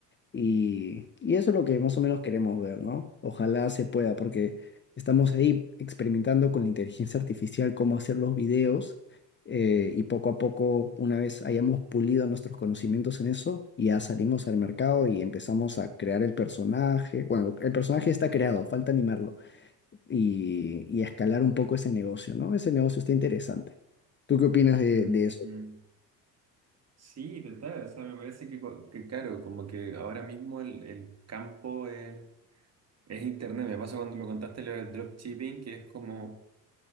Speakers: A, on the left; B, on the right.
A: Y, y eso es lo que más o menos queremos ver, ¿no? Ojalá se pueda, porque estamos ahí experimentando con la inteligencia artificial cómo hacer los videos eh, y poco a poco, una vez hayamos pulido nuestros conocimientos en eso, ya salimos al mercado y empezamos a crear el personaje. Bueno, el personaje está creado, falta animarlo y, y escalar un poco ese negocio, ¿no? Ese negocio está interesante. ¿Tú qué opinas de,
B: Mm,
A: de eso?
B: mm. Sí, total. O sea, me parece que, co- que claro, como que ahora mismo el, el campo es, es internet. Me pasa cuando me contaste lo del dropshipping, que es como,